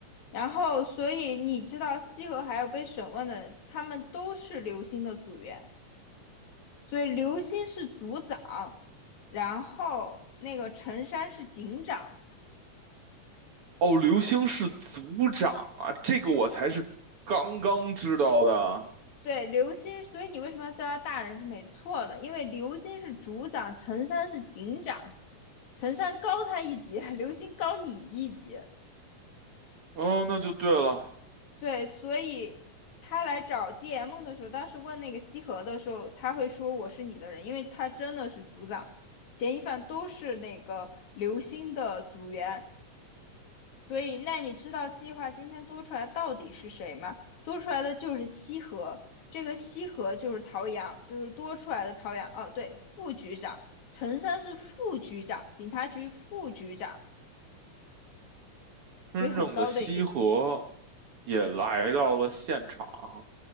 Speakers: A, on the left; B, on the right.
A: 然后，所以你知道西河还有被审问的人，他们都是刘星的组员，所以刘星是组长，然后那个陈山是警长。
B: 哦，刘星是组长啊，这个我才是刚刚知道的。
A: 对，刘星，所以你为什么要叫他大人是没错的，因为刘星是组长，陈山是警长，陈山高他一级，<laughs> 刘星高你一级，
B: 哦，那就对了，
A: 对，所以他来找 DM 的时候，当时问那个西河的时候，他会说我是你的人，因为他真的是组长，嫌疑犯都是那个刘星的组员，所以那你知道计划今天多出来到底是谁吗？多出来的就是西河，这个西河就是陶阳，就是多出来的陶阳。哦，对，副局长，陈山是副局长，警察局副局长，
B: 真正的西河
A: 所以很高的一个级，
B: 也来到了现场。